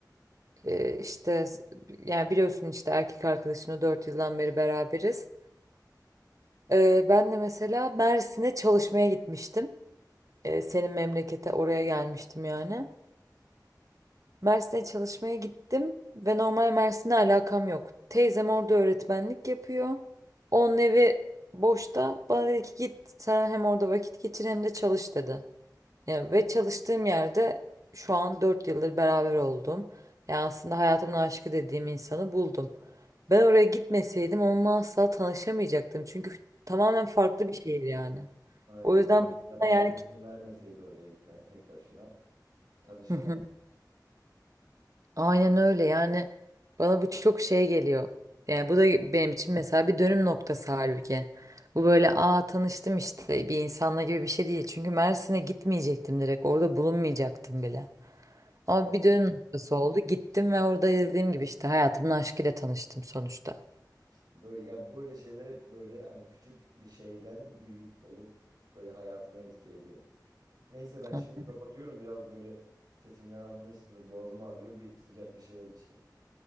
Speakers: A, on the right (about 50°); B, on the right (about 70°).
A: Ee, işte s- yani biliyorsun işte erkek arkadaşımla 4 yıldan beri beraberiz. Ee, ben de mesela Mersin'e çalışmaya gitmiştim. Ee, senin memlekete oraya gelmiştim yani. Mersin'e çalışmaya gittim ve normal Mersin'le alakam yok. Teyzem orada öğretmenlik yapıyor. Onun evi boşta. Bana dedi ki git sen hem orada vakit geçir hem de çalış dedi. Ya ve çalıştığım yerde şu an 4 yıldır beraber oldum. Yani aslında hayatımın aşkı dediğim insanı buldum. Ben oraya gitmeseydim onunla asla tanışamayacaktım. Çünkü tamamen farklı bir şehir yani.
B: Aynen.
A: O yüzden
B: Ya mesela
A: bana
B: baban
A: yani
B: izin vermeseydi oraya gitmene tek başına tanışamaz.
A: Hı hı. Aynen öyle yani bana bu çok şey geliyor. Yani bu da benim için mesela bir dönüm noktası halbuki. Bu böyle aa tanıştım işte bir insanla gibi bir şey değil. Çünkü Mersin'e gitmeyecektim direkt orada bulunmayacaktım bile.
B: Aynen.
A: Ama bir dönüm noktası oldu. Gittim ve orada dediğim gibi işte hayatımın aşkıyla tanıştım sonuçta.
B: Böyle ya böyle şeyler hep böyle hani küçük bir şeyden büyük olup böyle hayatına etki ediyor. Neyse ben
A: Hı.
B: şimdi kapatıyorum. Biraz böyle sesimden anlamışsındır. Boğazım ağrıyor. Bir sıcak bir şeyler içeyim.